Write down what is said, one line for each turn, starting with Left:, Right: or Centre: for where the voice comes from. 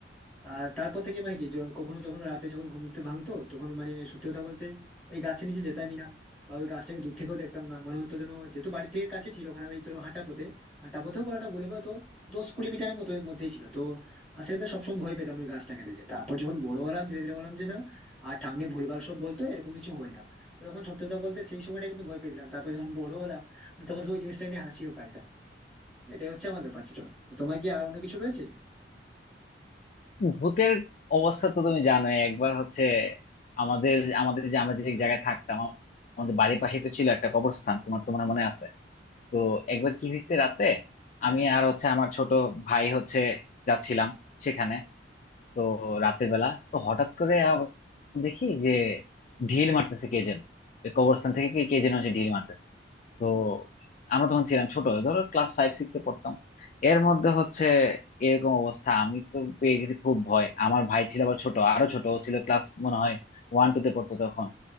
Centre: আহ তারপর থেকে মানে কি য- কখনো যখন রাতে যখন ঘুমতে ভাঙতো তখন মানে সত্যি কথা বলতে ওই গাছের নিচে যেতামই না বা ওই গাছটাকে দূর থেকেও দেখতাম না মনে হতো যেন যেহেতু বাড়ি থেকে কাছে ছিল মানে ওই তোর হাঁটা পথে হাঁটা পথেও বলাটা ভুল হবে তো দশ কুড়ি মিটারের মতো এর মধ্যেই ছিল তো আর সেক্ষেত্রে সবসময় ভয় পেতাম ওই গাছটাকে দেখে তারপর যখন বড় হলাম ধীরে ধীরে বললাম যে না আর ঠাম্মি ভুলভাল সব বলতো এরকম কিছু হয় না তো তখন সত্যি কথা বলতে সেই সময়টা কিন্তু ভয় পেয়েছিলাম তারপর যখন বড় হলাম তখন ওই জিনিসটা নিয়ে হাসিও পাইতাম তো এটাই হচ্ছে আমার ব্যাপার ছিল তো তোমার কি আর অন্য কিছু রয়েছে
Left: ভূতের অবস্থা তো তুমি জানো একবার হচ্ছে আমাদের আমাদের যে আমরা যে জায়গায় থাকতাম আমাদের বাড়ির পাশে তো ছিল একটা কবরস্থান তোমার তোমার মনে আছে তো একবার কি হয়েছে রাতে
Centre: হ্যাঁ
Left: আমি আর হচ্ছে আমার ছোট ভাই হচ্ছে যাচ্ছিলাম সেখানে তো রাতের বেলা তো হঠাৎ করে আ- দেখি যে ঢিল মারতেছে কে যেন ওই কবরস্থান থেকে কে কে যেন হচ্ছে ঢিল মারতেছে তো আমরা তখন ছিলাম ছোট ধরো ক্লাস ফাইভ সিক্স এ পড়তাম এর মধ্যে হচ্ছে এরকম অবস্থা আমি তো পেয়ে গেছি খুব ভয় আমার ভাই ছিল আবার ছোট আরো ছোট ও ছিল ক্লাস মনে হয় ওয়ান টু তে পড়তো তখন